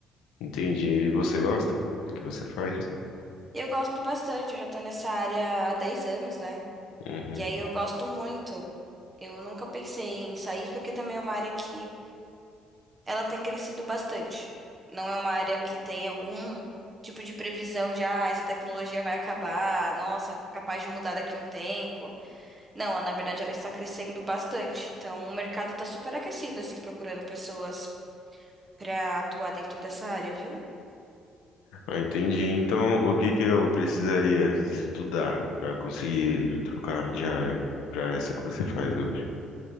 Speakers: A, on the left; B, on the right.
A: Entendi. E você gosta do que você faz?
B: Eu gosto bastante, eu já tô nessa área há 10 anos, né?
A: Uhum.
B: E aí eu gosto muito. Eu nunca pensei em sair, porque também é uma área que ela tem crescido bastante. Não é uma área que tem algum tipo de previsão de, ah, essa tecnologia vai acabar, nossa, capaz de mudar daqui a um tempo. Não, ela- na verdade ela está crescendo bastante. Então o mercado está super aquecido, assim, procurando pessoas para atuar dentro dessa área, viu?
A: Ah, entendi. Então, o que que eu precisaria estudar para conseguir trocar de área para essa que você faz hoje?